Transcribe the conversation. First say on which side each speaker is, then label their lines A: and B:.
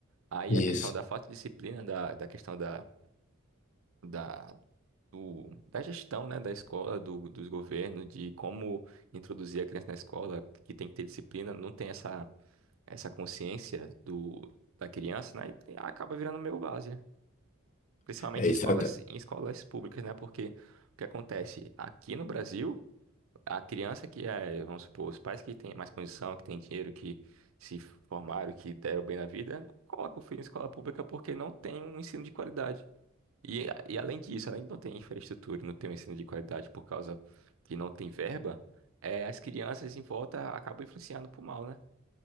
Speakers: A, on the right; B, on the left.
A: Aí
B: Isso.
A: a questão da falta de disciplina, da, da questão da, da do, da gestão, né, da escola, do, dos governos, de como introduzir a criança na escola, que tem que ter disciplina, não tem essa, essa consciência do, da criança, né, e tem- acaba virando meio várzea. Principalmente
B: É
A: em escolas,
B: exata,
A: em escolas públicas, né, porque o que acontece? Aqui no Brasil, a criança que é, vamos supor, os pais que têm mais condição, que têm dinheiro, que se formaram, que deram bem na vida, não coloca o filho em escola pública porque não tem um ensino de qualidade. E, e além disso, além de não ter infraestrutura, e não ter um ensino de qualidade por causa que não tem verba, é, as crianças em volta acabam influenciando pro mal, né?